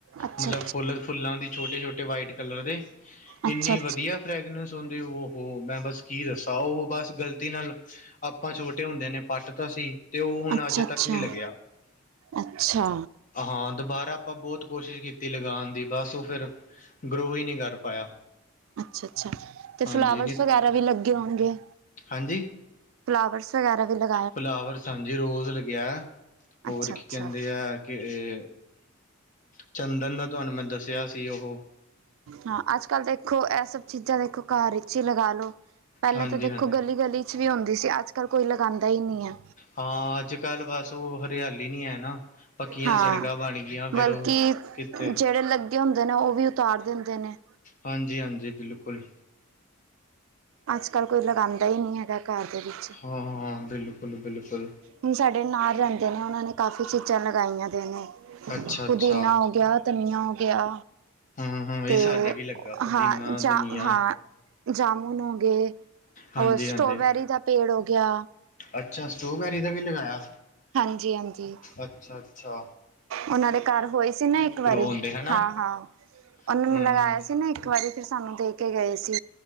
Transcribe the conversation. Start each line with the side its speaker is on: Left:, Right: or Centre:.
Right: ਅੱਛਾ
Left: ਮਤਲਬ ਫੁੱਲ -ਫੁੱਲਾਂ ਦੀ ਛੋਟੇ -ਛੋਟੇ ਵਾਈਟ ਕਲਰ ਦੇ
Right: ਅੱਛਾ
Left: ਇੰਨੀ
Right: ਅੱਛਾ ਅੱਛਾ
Left: ਵਧੀਆ ਫਰੈਗਨਿੰਸ। ਤੁਰਨ ਦੀ ਉਹੋ ਮੈਂ ਬ਼ਸ ਕੀ ਦਸਾਂ, ਉਹੋ ਬ਼ਸ ਗ਼ਲਤੀ ਨਾਲ ਆਪਾਂ ਛੋਟੇ ਹੁੰਦਿਆਂ ਨੇ ਪੱਟ ਤਾਂ ਸੀ ਤੇ ਉਹ ਹੁਣ
Right: ਅੱਛਾ ਅੱਛਾ
Left: ਅਜੇ ਤੱਕ ਨਹੀਂ ਲੱਗਿਆ।
Right: ਅੱਛਾ।
Left: ਹਾਂ ਦੁਬਾਰਾ ਆਪਾਂ ਬਹੁਤ ਕੋਸ਼ਿਸ਼ ਕੀਤੀ ਲਗਾਣ ਦੀ ਬਸ ਉਹ ਫਿਰ ਗਰੋਹ ਹੀ ਨਹੀਂ ਕਰ ਪਾਇਆ।
Right: ਅੱਛਾ -ਅੱਛਾ ਤੇ
Left: ਹਾਂਜੀ
Right: ਫਲਾਵਰਸ
Left: ਨੀ
Right: ਵਗੈਰਾ ਵੀ ਲੱਗੇ ਹੋਣਗੇ।
Left: ਹਾਂਜੀ
Right: ਫਲਾਵਰਸ ਵਗੈਰਾ ਵੀ ਲੱਗ
Left: ਫਲਾਵਰਸ ਹਾਂਜੀ ਰੋਜ਼ ਲੱਗਿਆ। ਹੋਰ
Right: ਅੱਛਾ-ਅੱਛਾ
Left: ਕੀ ਕਹਿੰਦੇ ਐ। ਕਿ ਏ ਚੰਦਨ ਦਾ ਤੁਹਾਨੂੰ ਮੈਂ ਦੱਸਿਆ ਸੀ। ਉਹੋ
Right: ਹਾਂ, ਅੱਜ ਕੱਲ ਦੇਖੋ? ਇਹ ਸਭ ਚੀਜ਼ਾਂ ਦੇਖੋ। ਘਰ ਵਿੱਚ ਹੀ ਲਗਾ ਲੋ, ਪਹਿਲਾਂ
Left: ਹਾਂਜੀ
Right: ਤਾਂ ਦੇਖੋ
Left: ਹਾਂਜੀ
Right: ਗਲੀ ਗਲੀ 'ਚ' ਵੀ ਹੋਂਦੀ ਸੀ। ਅੱਜ -ਕੱਲ ਕੋਈ ਲਗਾਉਂਦਾ ਹੀ ਨਹੀਂ ਐ।
Left: ਹਾਂ, ਅੱਜ- ਕੱਲ੍ਹ ਬਸ ਉਹ ਹਰਿਆਲੀ ਨੀ ਹੈ ਨਾ। ਪੱਕੀਆਂ
Right: ਹਾਂ।
Left: ਸੜਕਾਂ ਬਣਗੀਆਂ ਫਿਰ
Right: ਬਲਕਿ
Left: ਉਹ ਕਿੱਥੇ
Right: ਜਿਹੜੇ ਲੱਗੇ ਹੁੰਦੇ ਨੇ ਉਹ ਵੀ ਉਤਾਰ ਦਿੰਦੇ ਨੇ।
Left: ਹਾਂਜੀ- ਹਾਂਜੀ ਬਿਲਕੁਲ।
Right: ਅੱਜ -ਕੱਲ ਕੋਈ ਲਗਾਉਂਦਾ ਹੀ ਨਹੀਂ ਹੈਗਾ, ਘਰ ਦੇ ਵਿੱਚ।
Left: ਹਾਂ -ਹਾਂ ਬਿਲਕੁਲ -ਬਿਲਕੁਲ।
Right: ਹੁਣ ਸਾਡੇ ਨਾਲ ਰਹਿੰਦੇ ਨੇ ਉਹਨਾਂ ਨੇ ਕਾਫ਼ੀ ਚੀਜ਼ਾਂ ਲਗਾਈਆਂ ਦੇ ਨੇ,
Left: ਅੱਛਾ-ਅੱਛਾ
Right: ਪੁਦੀਨਾ ਹੋ ਗਿਆ। ਧਨੀਆ ਹੋ ਗਿਆ।
Left: ਹਾਂ-ਹਾਂ
Right: ਤੇ
Left: ਇਹ ਸਾਡੇ ਵੀ ਲੱਗਾ ਪੁਦੀਨਾ,
Right: ਹਾਂ, ਜਾ,
Left: ਧਨੀਆ
Right: ਹਾਂ, ਜਾਮੁਨ ਹੋ ਗਏ।
Left: ਹਾਂਜੀ-ਹਾਂਜੀ
Right: ਹੋਰ ਸਟ੍ਰੋਬੈਰੀ ਦਾ ਪੇੜ ਹੋ ਗਿਆ।
Left: ਅੱਛਾ ਸਟ੍ਰੋਬੈਰੀ ਦਾ ਵੀ ਲਗਾਇਆ।
Right: ਹਾਂਜੀ- ਹਾਂਜੀ।
Left: ਅੱਛਾ -। ਅੱਛਾ
Right: ਉਹਨਾਂ ਦੇ ਘਰ ਹੋਈ ਸੀ ਨਾ ਇੱਕ ਵਾਰੀ
Left: ਹੁੰਦੇ ਹਨਾ
Right: ਹਾਂ -ਹਾਂ ਉਹਨੇ
Left: ਹੂੰ
Right: ਲਗਾਇਆ ਸੀ ਨਾ ਇੱਕ ਵਾਰੀ ਫਿਰ ਸਾਨੂੰ ਦੇਖ ਕੇ ਗਏ ਸੀ,